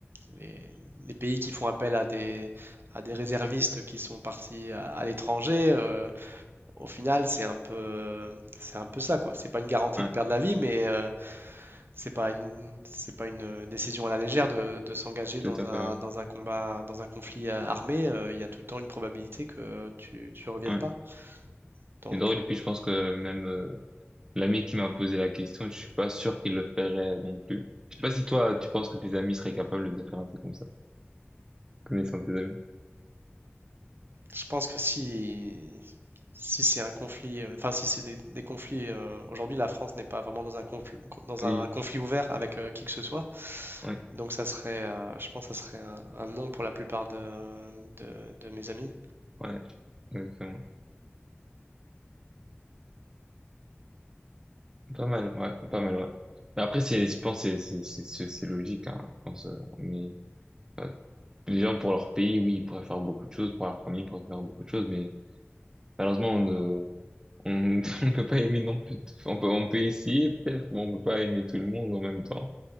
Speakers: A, on the right; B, on the right.
A: les, les pays qui font appel à des, à des réservistes qui sont partis à, à l'étranger, euh, au final, c'est un peu, c'est un peu ça, quoi. C'est pas une garantie
B: Ouais,
A: de perdre la vie, mais euh, C'est pas une, c'est pas une euh, décision à la légère de, de s'engager
B: tout
A: dans
B: à
A: un,
B: fait. Ouais.
A: dans un combat, dans un conflit euh, armé. euh, Il y a tout le temps une probabilité que tu, tu reviennes
B: Ouais.
A: pas. Donc,
B: Et drôle, et puis je pense que même, euh, L'ami qui m'a posé la question, je suis pas sûr qu'il le ferait euh, non plus. Je sais pas si toi, tu penses que tes amis seraient capables de faire un truc comme ça, connaissant tes amis.
A: je pense que si, si c'est un conflit, euh, enfin, si c'est des, des conflits, euh, aujourd'hui, la France n'est pas vraiment dans un conflit, dans
B: Oui,
A: un conflit ouvert avec euh, qui que ce soit.
B: ouais,
A: Donc, ça serait, euh, je pense que ça serait un, un non pour la plupart de, de- de mes amis.
B: ouais, exactement. Pas mal, ouais, pas mal, ouais. Mais après, c'est, je pense, que c'est, c'est, c'est, c'est c'est logique, hein, je pense, euh, mais, euh, les gens pour leur pays, oui, ils pourraient faire beaucoup de choses, pour leur famille, ils pourraient faire beaucoup de choses, mais, malheureusement, on ne, on, <laughs> on ne peut pas aimer non plus, tout- on peut, on peut essayer peut-être, mais on peut pas aimer tout le monde en même temps.